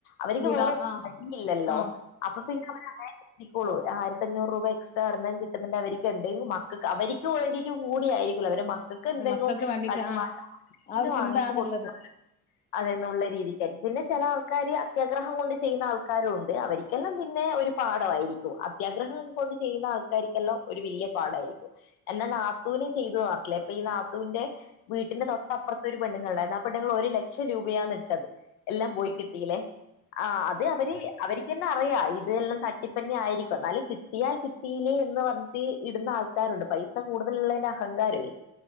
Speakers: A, on the left; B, on the left.
A: അവർക്ക്
B: വിടാ
A: വേറൊന്നും
B: ആ
A: പറ്റില്ലല്ലോ
B: ആ
A: അപ്പൊ പിന്നെ അവങ്ങന ട്ടിക്കോള്ളൂ ഒരു ആയിരത്തഞ്ഞൂറ് രൂപ എക്സ്ട്രാ നടന്ന കിട്ട്ന്ന്ണ്ട് അവർക്ക് എന്തെങ്കും മക്കക്ക് അവര്ക്ക് വേണ്ടി റ്റ് കൂടെ ആയിരിക്കുല്ല അവര് മക്കക്ക് എന്തെങ്കും
B: മക്കൾക്ക് വേണ്ടിട്ട്
A: കളിപ്പാട്ട
B: ആ ആ ഒരു ചിന്ത
A: വാങ്ങിച്ചച്ച്
B: ആണുള്ളത്
A: കൊടുക്ക അതെന്നുള്ള രീതിക്കായിരിക്കും പിന്നെ ചില ആൾക്കാര് അത്യാഗ്രഹം കൊണ്ട് ക്കാരൂണ്ട് അവര്ക്കെല്ലാം പിന്നെ ഒരു പാഠവായിരിക്കും അത്യാഗ്രഹം കൊണ്ട് ചെയ്യുന്ന ആൾ കാരിക്കെല്ലാം ഒരു വല്യ പാടായിരിക്കും എന്നാ നാത്തുന് ചെയ്ത് മാറട്ടില്ലേ ഇപ്പൊ ഈ നാത്തുന്റെ വീട്ടിന്റെ തൊട്ടപ്പുറത്ത ഒരു പെണ്ണ്ങ്ങൾണ്ടായിരുന്നു ആ പെണ്ണുങ്ങൾ ഒരു ലക്ഷം രൂപയാണ് ഇട്ടതത് എല്ലാം പോയി കിട്ടീല്ലേ ആഹ് അത് അവര് അവർക്കന്നെ അറിയാം ഇതെല്ലാം തട്ടിപ്പന്നെ ആയിരിക്കും എന്നാലും കിട്ടിയാൽ കി ട്ടീലെ എന്ന് പറഞ്ഞിട്ട് ഇടുന്ന ആൾക്കാരുണ്ട് പൈസ കൂടുതലുള്ളതിന്റെ അഹങ്കാരവേ